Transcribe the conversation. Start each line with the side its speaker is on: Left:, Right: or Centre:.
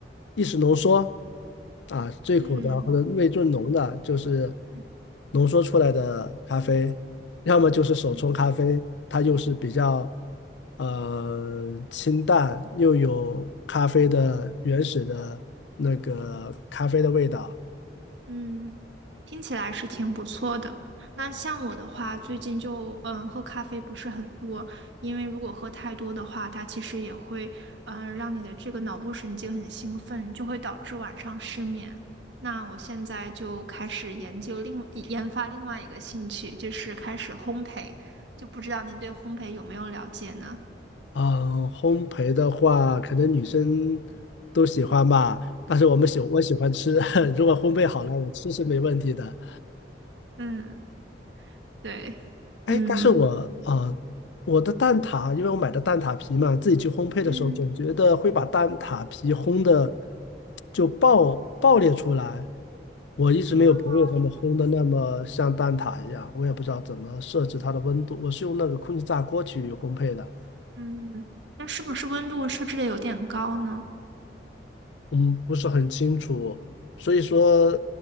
Left: 意式浓缩啊，最苦的或者味最浓的，
Right: 嗯
Left: 就是
Right: 嗯。
Left: 浓缩出来的咖啡，要么就是手冲咖啡，
Right: 嗯
Left: 它又是比较呃清淡，又有咖啡的原始的那个咖啡的味道。
Right: 嗯，听起来是挺不错的。那像我的话，最近就嗯喝咖啡不是很多，因为如果喝太多的话，它其实也会嗯让你的这个脑部神经很兴奋，就会导致晚上失眠。那我现在就开始研究另研发另外一个兴趣，就是开始烘焙，就不知道您对烘焙有没有了解呢？
Left: 嗯，烘焙的话，可能女生都喜欢吧，但是我们喜我喜欢吃，<laughs> 如果烘焙好了，我吃是没问题的。
Right: 嗯，对，
Left: 哎，
Right: 嗯
Left: 但是我呃，我的蛋挞，因为我买的蛋挞皮嘛，自己去烘焙的时候，
Right: 嗯，
Left: 总觉得会把蛋挞皮烘的就爆爆裂出来。我一直没有朋友他们烘的那么像蛋挞一样，
Right: 哦，
Left: 我也不知道怎么设置它的温度，我是用那个空气炸锅去烘焙的。
Right: 嗯，那是不是温度设置的有点高呢？
Left: 嗯，不是很清楚，所以说